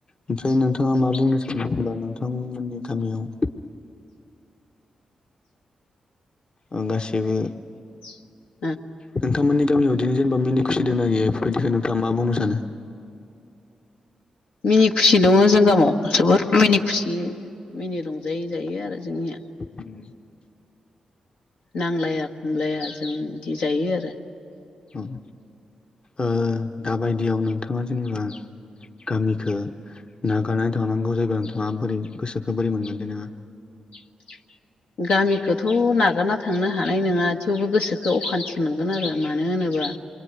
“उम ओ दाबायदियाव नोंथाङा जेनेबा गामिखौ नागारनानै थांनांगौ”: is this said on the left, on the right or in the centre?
Left